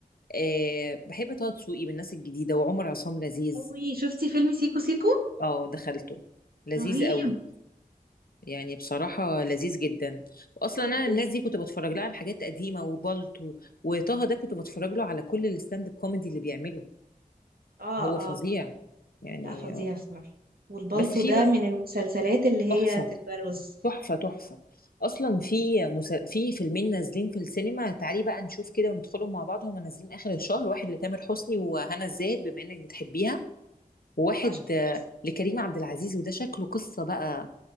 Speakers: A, on the left; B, on the right.
A: آه بحب طه دسوقي من الناس الجديده وعمر عصام لذيذ
B: قوي شفتي فيلم سيكو سيكو
A: اه دخلته لذيذ
B: رهيب
A: قوي يعني بصراحة لذيذ جدا وأصلا
B: جدا
A: أنا الناس دي كنت بتفرج لها على حاجات قديمة وبالطو وطه ده كنت بتفرج له على كل الستاند اب كوميدي اللي بيعمله
B: اه
A: هو فظيع يعني
B: لا فظيع صراحة والبلطو
A: بس في
B: ده
A: بقى
B: من المسلسلات اللي هي
A: تحفة
B: تتبرز
A: تحفة تحفة اصلا في مسا... في فيلمين نازلين في السينما تعالي بقى نشوف كده وندخلهم مع بعض هما نازلين اخر الشهر واحد لتامر حسني وهنا الزاهد بما انك بتحبيها وواحد
B: وبقى شكله
A: آه،
B: مصر
A: لكريم عبد العزيز وده شكله قصة بقى